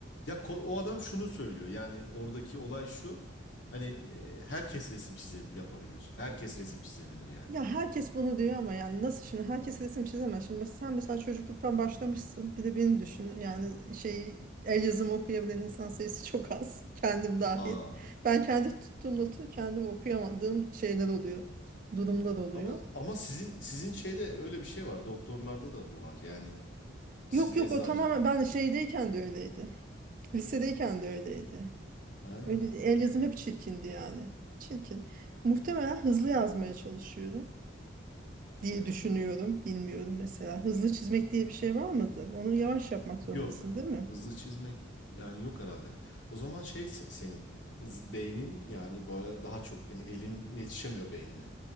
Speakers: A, on the left; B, on the right.
A: Ya ko- o adam şunu söylüyor yani oradaki olay şu. Hani e, herkes resim çize yapabilir. Herkes resim çizebilir yani.
B: Ya herkes bunu diyor ama yani nasıl şimdi herkes resim çizemez. Şimdi mes- sen mesela çocukluktan başlamışsın. Bir de beni düşün. Yani şey el yazımı okuyabilen insan sayısı çok az. <laughs> Kendim dahil.
A: Aa.
B: Ben kendi tuttuğum notu kendim okuyamadığım şeyler oluyor. Durumlar oluyor.
A: Ama ama sizin sizin şeyde öyle bir şey var. Doktorlarda da bu var. Yani siz
B: Yok
A: eczacı.
B: yok o tamamen
A: doktor.
B: ben şeydeyken de öyleydi. Lisedeyken de öyleydi.
A: Ha.
B: Öyle, el yazım hep çirkindi yani. Çirkin. Muhtemelen hızlı yazmaya çalışıyorum diye
A: Hmm.
B: düşünüyorum. Bilmiyorum mesela. Hızlı çizmek diye bir şey var mıdır? Onu yavaş yapmak zorundasın,
A: Yok.
B: değil mi?
A: Hızlı çizmek yani yok herhalde. O zaman şey se- senin z- beynin yani böyle daha çok yani elin yetişemiyor beynine.